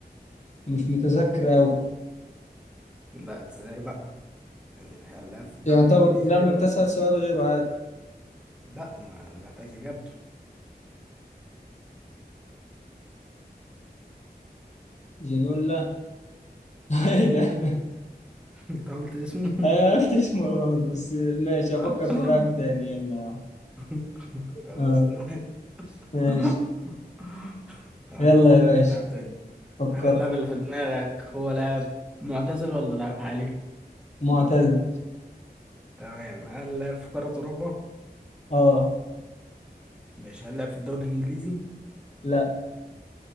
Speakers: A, on the left; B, in the centre.
A: مش متذكر أوي
B: لا ازاي بقى يعني هل لعب في الدوري
A: يعتبر
B: الإنجليزي
A: لا
B: ولا
A: من
B: لا
A: تسأل سؤال غيره عادي
B: لا ما انا محتاج اجابته
A: جنولا <laughs> ايه ده
B: <laughs> انت قلت اسمه
A: انا عرفت اسمه غلط بس ماشي افكر
B: <laughs>
A: في لاعب تاني يلا
B: <laughs> خلاص
A: آه
B: تمام
A: ماشي
B: <laughs> تمام
A: يلا
B: فكر
A: يا باشا
B: في لعب تاني
A: فكر
B: هل اللاعب اللي في دماغك هو لاعب معتزل ولا لاعب حالي؟
A: معتزل
B: تمام هل لعب في قارة أوروبا؟
A: اه
B: مش هل لعب في الدوري الإنجليزي؟
A: لا